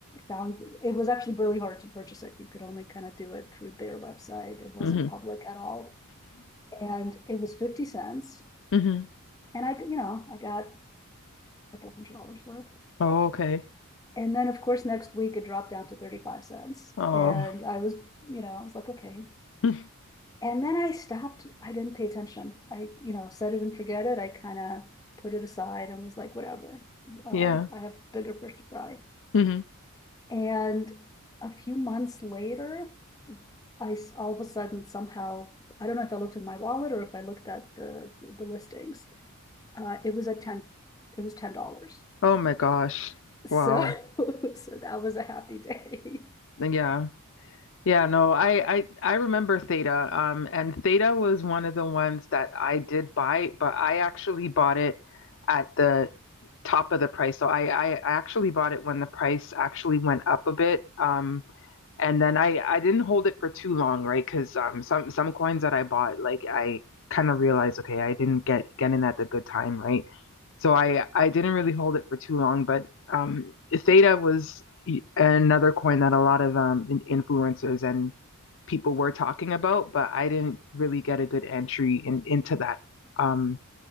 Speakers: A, on the left; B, on the left.
A: found it was actually really hard to purchase it. You could only kind of do it through their website. It wasn't
B: hmm
A: public at all. And it was 50 cents.
B: hmm
A: And I, you know, I got a couple hundred dollars worth.
B: <clears throat> oh okay
A: And then, of course, next week it dropped down to 35 cents.
B: oh
A: And I was, you know, I was like, okay,
B: <laughs>
A: And then I stopped, I didn't pay attention. I, you know, set it and forget it. I kind of put it aside and was like, whatever. Um,
B: yeah
A: I have bigger fish to fry.
B: hmm
A: And a few months later, I all of a sudden somehow, I don't know if I looked at my wallet or if I looked at the the listings. Uh, it was a ten, it was ten dollars.
B: oh my gosh
A: So,
B: wow
A: <laughs> so that was a happy day. <laughs>
B: yeah Yeah, no, I, I I remember Theta. Um, and Theta was one of the ones that I did buy, but I actually bought it at the top of the price. So I I actually bought it when the price actually went up a bit. Um, and then I I didn't hold it for too long, right? Because um some some coins that I bought, like I kind of realized, okay, I didn't get get in at the good time, right? So I I didn't really hold it for too long, but um Theta was e, another coin that a lot of um influencers and people were talking about, but I didn't really get a good entry in into that. Um